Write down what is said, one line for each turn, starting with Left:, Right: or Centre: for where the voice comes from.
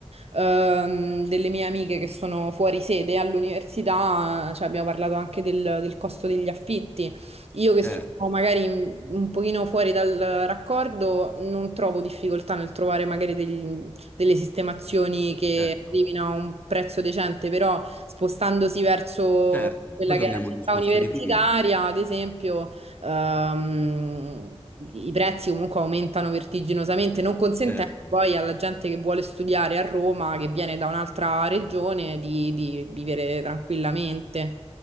Right: ehm, delle mie amiche che sono fuori sede all'università, cioè abbiamo parlato anche del, del costo degli affitti. Io che
Left: Certo,
Right: sono magari un pochino fuori dal raccordo, non trovo difficoltà nel trovare magari degli- delle sistemazioni che
Left: certo,
Right: arrivino a un prezzo decente, però spostandosi verso
Left: certo.
Right: quella
Left: Poi
Right: che
Left: torniamo
Right: è la
Left: al
Right: città
Left: discorso
Right: universitaria,
Left: di prima.
Right: ad esempio... Ehm, i prezzi comunque aumentano vertiginosamente, non consentendo
Left: Certo.
Right: poi alla gente che vuole studiare a Roma, che viene da un'altra regione, di, di vivere tranquillamente.